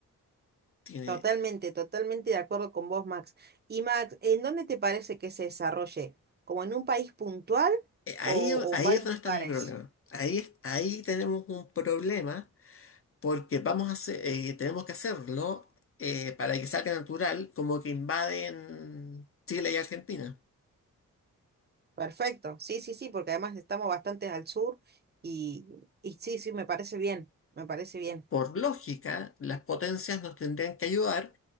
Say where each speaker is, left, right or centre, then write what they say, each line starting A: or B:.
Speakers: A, on the left; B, on the right.
A: Tiene,
B: Totalmente, totalmente de acuerdo con vos, Max. Y Max, ¿en dónde te parece que se desarrolle? ¿Como en un país puntual
A: Eh, Ahí,
B: o, o
A: ahí
B: en varios
A: es donde
B: lugares?
A: está mi problema. Ahí, es- ahí tenemos un problema porque vamos a hacer, eh, tenemos que hacerlo eh, para que salga natural, como que invaden Chile y Argentina.
B: Perfecto. Sí, sí, sí, porque además estamos bastante al sur y, y sí, sí, me parece bien, me parece bien.
A: Por lógica, las potencias nos tendrían que ayudar,